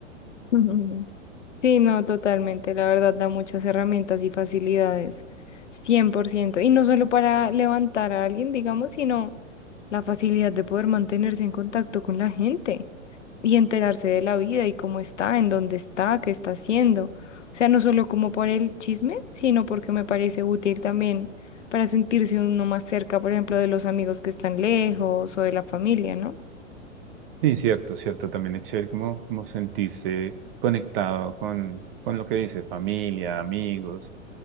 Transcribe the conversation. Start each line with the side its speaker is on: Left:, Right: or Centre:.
Left: <laughs> Ujú. Sí, no, totalmente. La verdad da muchas herramientas y facilidades. cien por ciento. Y no solo para levantar a alguien, digamos, sino la facilidad de poder mantenerse en contacto con la gente y enterarse de la vida y cómo está, en dónde está, qué está haciendo. O sea, no solo como por el chisme, sino porque me parece útil también para sentirse uno más cerca, por ejemplo, de los amigos que están lejos o de la familia, ¿no?
Right: Sí, cierto, cierto, también es chévere como, como sentirse conectado con, con lo que dice, familia, amigos.